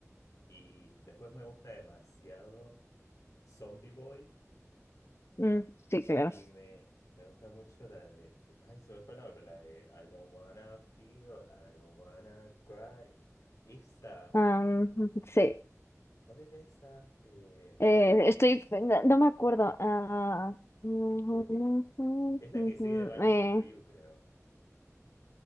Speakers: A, on the left; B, on the left.
A: Y después me gusta demasiado Zombie Boy.
B: Mm, sí, claro.
A: Y me, me gusta mucho la de. que- Ay, se me fue el nombre, pero la de I don't wanna feel, I don't wanna cry. Esa.
B: Am, sí.
A: ¿Cuál era esa? Eh,
B: Eh, estoy, no, no me acuerdo. Ah, <laughs>
A: porque es la que sigue de Vanishing
B: eh,
A: to You, creo.